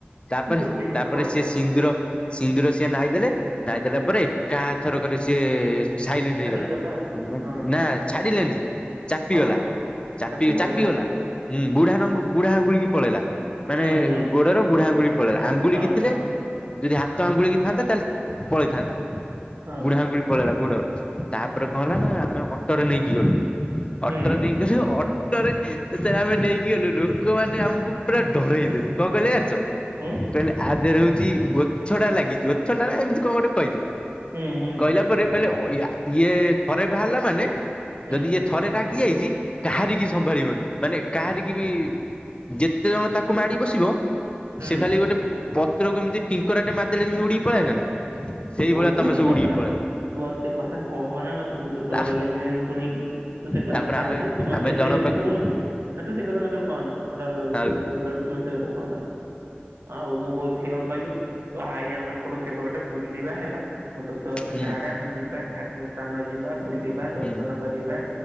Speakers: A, on the left; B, on the right.
A: ତାପରେ
B: ମୁଁ ଦୌଡିକି
A: ତାପରେ
B: ସେଠ କହିଥାନ୍ତି
A: ସିଏ ସିନ୍ଦୁର
B: ସେଇଆ ସେଠି
A: ସିନ୍ଦୁର ସିଏ ନାଇଁ ଦେଲେ ନାଇଁ ଦେଲା ପରେ କାହା ଥରକରେ ସିଏ ସାଇ ହେଇଗଲା
B: ଛାଡ଼ିକି ଗଲା ଆଉ
A: ନା ଛାଡିଲେନି ଚାପିଗଲା
B: ହଁ ଆଉ
A: ଚାପି
B: ଚାପିଗଲା
A: ଚାପି
B: ହଁ
A: ଗଲା ବୁଢାନଙ୍କୁ ବୁଢା ଆଙ୍ଗୁଳି କି ପଳେଇଲା ମାନେ
B: ହୁଁ ହୁଁ ହୁଁ
A: ଗୋଡର ବୁଢା ଆଙ୍ଗୁଳି ପଳେଇଲା ଆଙ୍ଗୁଳି
B: ହଁ
A: କି ଥିଲେ
B: ହଁ
A: ଯଦି ହାତ ଆଙ୍ଗୁଳିିକ ଥାନ୍ତା ତାହେଲେ ପଳେଇଥାନ୍ତା
B: ହଁ
A: ବୁଢା ଆଙ୍ଗୁଳି ପଳେଇଲା ଗୋଡ ତାପରେ କଣ ହେଲା ନା ଆମେ ଅଟୋରେ ନେଇକି ଗଲୁ
B: ହୁଁ
A: ଅଟୋରେ ନେଇକି ଅଟୋରେ ସେତ ଆମେ ନେଇକି ଗଲୁ ଲୋକମାନୋନେ ଆମକୁ ପୁରା ଡରାଇଦେଥିଲେ କ ଲ ଆାଣିଛ
B: ହୁଁ
A: କହିଲେ ଆଦରେ ହଉଛି ଓଛ ଟା ଲାଗିଛି ଓଛ ଟା ଏମିତି କଣ ଗୋଟେ କହିଲେ
B: ହୁଁ ହୁଁ
A: କହିଲା ପରେ କହିଲେ ଇଏ ଥରେ ବାହାରିଲା ମାନେ
B: ହୁଁ
A: ଯଦି ଯଏ ଥରେ ରାଗି ଯାଇଛି କାହାରିିକି ସମ୍ଭାଳିବନି ମାନେ କାହାରି କିି ବି ଯେତ କେତେ ଜଣ ତାକୁ ମାଡି ବସିବ
B: ହୁଁ
A: ସେ ଖାଲି ଗୋଟେ ପତ୍ରକୁ ଏମିତି ଟିଙ୍କରାଟେ ମାରଲେ ଯେମିତି ଉଡିକି ପଳେଇନ ନା ସେଇଭଳିଆ
B: ହଉ ଶୁଣୁ
A: ତମେ ସବ
B: ଚଗଲା
A: ଉଡିକି ପଳେଇବ
B: ତୁ ଆଉ ସେ କଥା କହନା ମତେ ବହୁତ ଡର
A: ତା
B: ଲାଗିଲାଣି ଶୁଣିକି ତୁ ସେ କଥା
A: ତାପରେ
B: ଛାଟେ
A: ଆମେ
B: ତୁ ମତେ
A: ଆମେ
B: ଏବେ
A: ଜଣଙ୍କ ପାଖକୁ
B: ଶୁଣୁ ତୁ ସେ କଥା ମତେ କଣ ଡ ଲାଗୁ
A: ଆଉ
B: ସେଥା ଶୁୁ ସେଥା କଣ ଆ ଆଉ ମୁଁ କହୁଥିଲି କଣ କହିଲୁ ତୁ ଆଈ ଆମ ଏପଟୁ କେବେ ଗୋଟେ ବୁଲିବା ହେଲା ମୁତକୁତକଥା
A: ହୁଁ
B: ଚାଡେ ଆମେ ଯିବା ଠାକୁର ସ୍ଥାନ ଯିବା ବୁଲିବା
A: ହୁଁ
B: ଦର୍ଶନ କରିବା